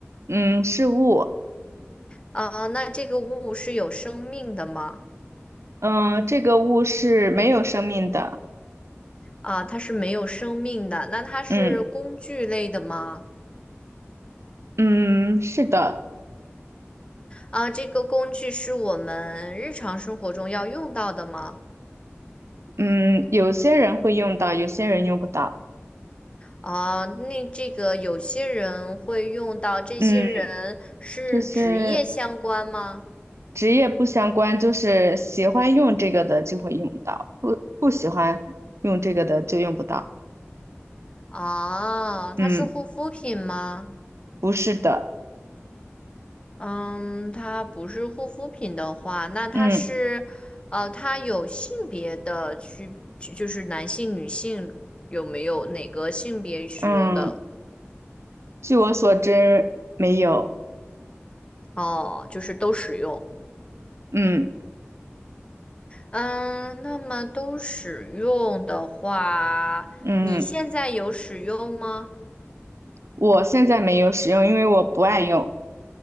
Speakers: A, on the right; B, on the left.
A: 嗯，是物，
B: 啊，那这个物是有生命的吗？
A: 嗯，这个物是没有生命的，
B: 啊，它是没有生命的，那它是工具类的吗？
A: 嗯嗯，是的，
B: 啊，这个工具是我们日常生活中要用到的吗？
A: 嗯，有些人会用到，有些人用不到，
B: 啊，那这个有些人会用到，这些人是职业相关吗？
A: 嗯，这些职业不相关，就是喜欢用这个的就会用到，不不喜欢用这个的就用不到，
B: 啊，它是护肤品吗？
A: 嗯，不是的，
B: 嗯，它不是护肤品的话，那它是，
A: 嗯
B: 呃，它有性别的区，就是男性、女性有没有哪个性别使用的？
A: 嗯，据我所知没有，
B: 哦，就是都使用。
A: 嗯
B: 嗯，那么都使用的话，
A: 嗯。
B: 你现在有使用吗？
A: 我现在没有使用，因为我不爱用。